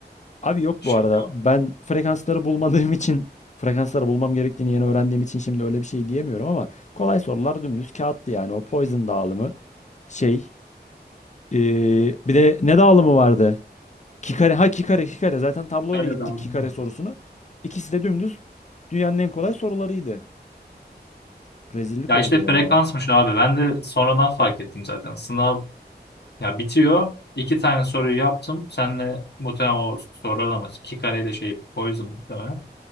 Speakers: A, on the left; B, on the left.
A: Abi yok
B: Şey
A: bu arada.
B: de
A: Ben frekansları bulmadığım <laughs> için, frekansları bulmam gerektiğini yeni öğrendiğim için şimdi öyle bir şey diyemiyorum ama kolay sorular dümdüz kağıttı yani. O Poison dağılımı şey. ee, bir de ne dağılımı vardı? Kikare. Ha Kikare, Kikare. Zaten tabloyla
B: Antalya'da
A: gittik
B: aldım.
A: Kikare sorusunu. İkisi de dümdüz dünyanın en kolay sorularıydı. Rezillik
B: Ya
A: oldu
B: işte
A: ya.
B: frekansmış abi. Ben de sonradan fark ettim zaten. Sınav Ya bitiyor. İki tane soruyu yaptım. Senle muhtemelen o sorular alamaz. İki kare de şey o yüzden muhtemelen.